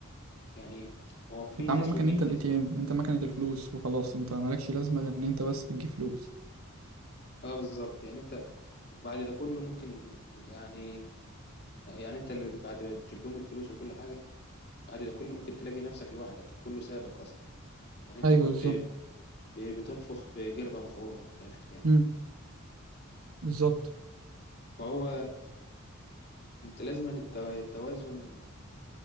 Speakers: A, on the left; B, on the right.
A: يعني هو في
B: اتعاملوا
A: ناس
B: مكان
A: وفي
B: انت
A: ناس
B: الاي تي
A: برضه
B: ام انت مكنه الفلوس وخلاص انت مالكش لازمه غير ان انت بس بتجيب فلوس
A: اه بالظبط يعني انت وبعد ده كله ممكن يعني يعني انت اللي بعد ما تجيب لهم الفلوس وكل حاجة بعد كل ممكن تلاقي نفسك لوحدك كله سابك اصلا يعني انت
B: ايوه
A: كنت
B: بالظبط
A: ب- بتنفخ في جربة مخرومة من الاخر يعني
B: امم بالظبط
A: فهو انت لازم أن التو- التوازن